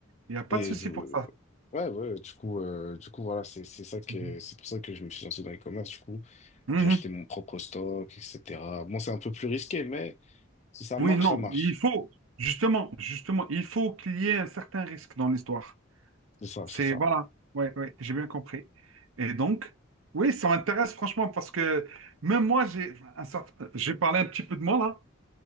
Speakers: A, on the right; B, on the left.
A: Il n'y a pas
B: Et
A: de souci
B: du, euh,
A: pour ça.
B: ouais, ouais, du coup, euh, du coup, voilà, c'est, c'est ça que,
A: Mhm.
B: c'est pour ça que je me suis lancé dans l'e-commerce, du coup.
A: Mhm.
B: J'ai acheté mon propre stock, etc. Bon, c'est un peu plus risqué, mais si ça
A: Oui,
B: marche,
A: non,
B: ça marche.
A: il faut, justement, justement, il faut qu'il y ait un certain risque dans l'histoire.
B: C'est ça,
A: C'est,
B: c'est ça.
A: voilà, ouais, ouais, j'ai bien compris. Et donc, oui, ça m'intéresse franchement parce que même moi, j'ai un certain- j'ai parlé un petit peu de moi là,